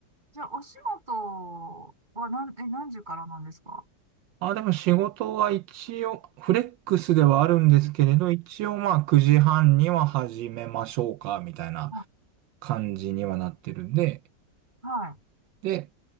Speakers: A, on the right (about 25°); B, on the right (about 80°).
A: じゃあ、お仕事は何、え、何時からなんですか
B: あ、でも仕事は一応、フレックスではあるんですけれど、一応まあ9時半には始めましょうか、みたいな
A: あ、
B: 感じにはなってるんで、
A: はい。
B: で、